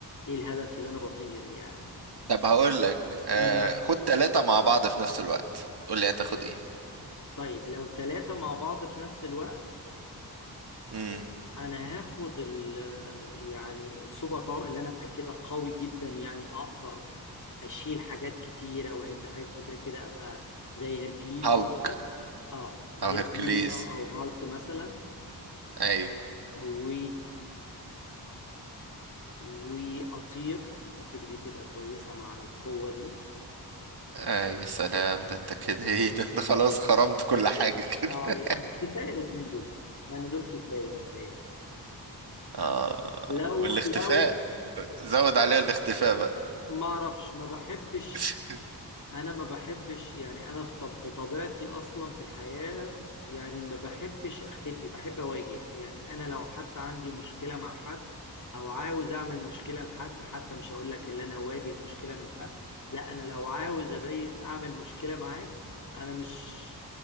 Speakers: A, on the left (about 50°); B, on the right (about 70°).
A: ايه الهدف اللي انا بطير يعني
B: طب هقول لك آه
A: مم.
B: خد ثلاثة مع بعض في نفس الوقت قول لي هتاخد ايه
A: طيب لو ثلاثة مع بعض في نفس الوقت
B: امم
A: أنا هاخد ال يعني السوبر باور اللي أنا أبقى كده قوي جدا يعني أقدر أشيل حاجات كتيرة وأهد حاجات كتيرة كده أبقى زي هيركليز
B: هالك
A: مثلا أه هيركليز
B: او هيركليز
A: أو أو هالك مثلا
B: ايوه
A: و وأطير أطير دي تبقى كويسة مع القوة دي
B: آه يا سلام ده انت كده ايه ده انت خلاص خرمت كل حاجة كده
A: أه يعني كفاية الاتنين دول يعني دول كفاية متهيألي
B: <laughs> اه
A: لو
B: والاختفاء
A: لو
B: زود عليها الاختفاء بقى
A: ما أعرفش ما بحبش
B: <laughs>
A: انا ما بحبش يعني انا في طب بطبيعتي اصلا في الحياة يعني ما بحبش اختفي بحب اواجه يعني انا لو حتى عندي مشكلة مع حد او عاوز اعمل مشكلة لحد حتى مش هقول لك اللي انا اواجه مشكلة من حد لا انا لو عاوز ابين اعمل مشكلة معاك انا مش